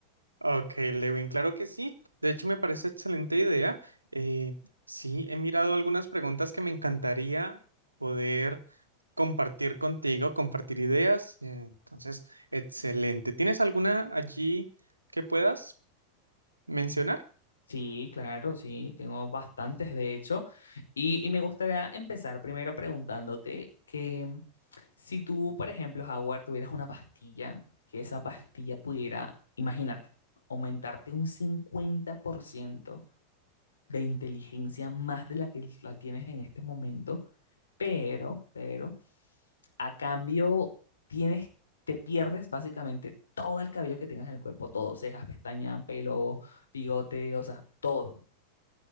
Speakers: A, on the right; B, on the left.
A: Ok, Lewin, claro que sí. De hecho, me parece excelente idea. Eh, sí, he mirado algunas preguntas que me encantaría poder compartir contigo, compartir ideas. eh, Entonces, excelente. ¿Tienes alguna allí que puedas mencionar?
B: Sí, claro, sí, tengo bastantes de hecho. Y, y me gustaría empezar primero preguntándote que mm, si tú, por ejemplo, Howard, tuvieras una pastilla, que esa pastilla pudiera, imagínate, aumentarte un 50% de inteligencia más de la que la tienes en este momento, pero, pero, a cambio tienes, te pierdes básicamente todo el cabello que tengas en el cuerpo, todo, cejas, pestañas, pelo, bigote, o sea, todo.